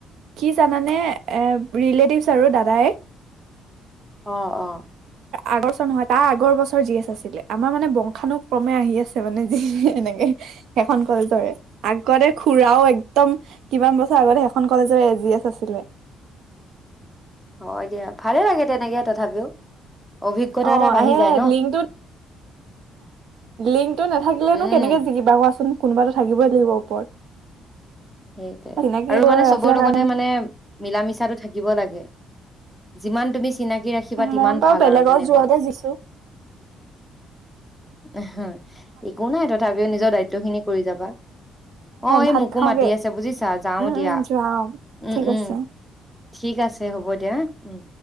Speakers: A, on the right; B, in the centre.
A: কি জানানে এ ৰিলেটিভছ আৰু দাদাই
B: অ অ
A: আগৰ বছৰ নহয় তাৰ আগৰ বছৰ যি এছ আছিলে আমাৰ মানে বংশানুক্ৰমে আহি আছে মানে যি এনেকে সেইখন কলেজৰে আগতে খুৰাও একদম কিমান বছৰ আগতে সেইখন কলেজৰে জি এছ আছিলে
B: হয় দিয়া ভালে লাগে তেনেকে তথাপিও অভিজ্ঞতা
A: অ
B: এটা বাঢ়ি
A: এয়াই
B: যায় ন
A: লিংকটো লিংকটো নেথাকিলেনো
B: উম
A: কেনেকে জিকিবা কোৱাচোন কোনোবাতো থাকিবই লাগিব ওপৰত
B: সেইটোৱে
A: চিনাকিবোৰ
B: আৰু মানে চবৰ
A: আছিলে
B: লগতে
A: কাৰণে
B: মানে মিলা মিছাটো থাকিব লাগে। যিমান তুমি চিনাকি ৰাখিবা তিমান
A: মই বাৰু
B: ভাল
A: বেলেগৰ
B: আৰু তেনেকুৱা
A: যোৱাতে দিছোঁ
B: এহ একো নাই তথাপিও নিজৰ দায়িত্ব খিনি কৰি যাবা অ এই
A: ভাত
B: মোকো
A: খাওঁগে
B: মাতি তি আছে বুজিছা যাওঁ
A: উম
B: দিয়া
A: উম যোৱা অ
B: উম
A: ঠিক
B: উম
A: আছে
B: ঠিক আছে হ'ব দিয়া উম